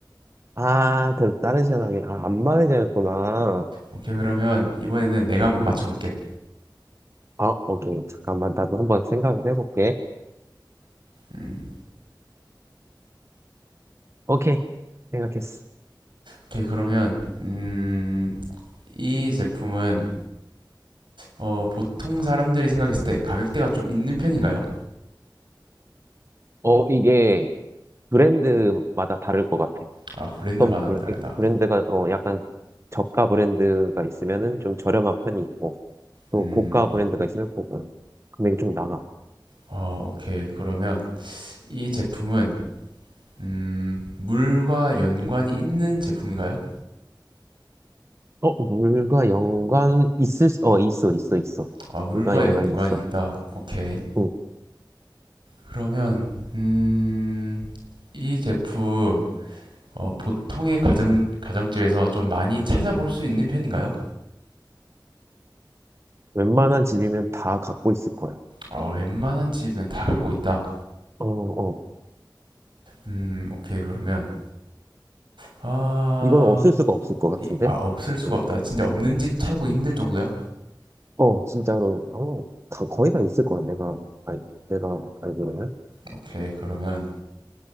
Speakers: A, on the right; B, on the right.
A: 아, 그, 다른 시원하게. 아, 안마 의자였구나.
B: 오케이 그러면 이번에는 내가 한번 맞춰볼게.
A: 음. 아, 오케이. 잠깐만. 나도 한번 생각을 해볼게.
B: 음,
A: 오케이. 생각했어.
B: 오케이 그러면 음, 이 제품은 어, 보통 사람들이 생각했을 때 가격대가 좀 있는 편인가요?
A: 어, 이게, 브랜드마다 다를 것 같아.
B: 아 브랜드마다
A: 어떤 브레-
B: 다르다.
A: 브랜드가 어 약간 저가 브랜드가 있으면은 좀 저렴한 편이 있고 또
B: 음,
A: 고가 브랜드가 있을 거고 금액이 좀 나가.
B: 어, 오케이 그러면 이 제품은 음, 물과 연관이 있는 제품인가요?
A: 어 물과 연관 있을 수, 어 있어 있어 있어
B: 아, 물과
A: 물과 연관
B: 연관이
A: 있어.
B: 있다. 오케이.
A: 응
B: 그러면, 음, 이 제품, 어, 보통의 가정, 가정집에서 좀 많이 찾아볼 수 있는 편인가요?
A: 웬만한 집이면 다 갖고 있을 거야.
B: 어, 웬만한 집은 다 갖고 있다.
A: 어어
B: 음, 오케이. 그러면, 아,
A: 이건 없을 수가 없을 것 같은데.
B: 이, 아, 없을 수가
A: 응.
B: 없다. 진짜 없는 집 찾아보기 힘들 정도야?
A: 어 진짜로 어, 다 거의 다 있을 거야 내가 알 내가 알기로는
B: 오케이. 그러면,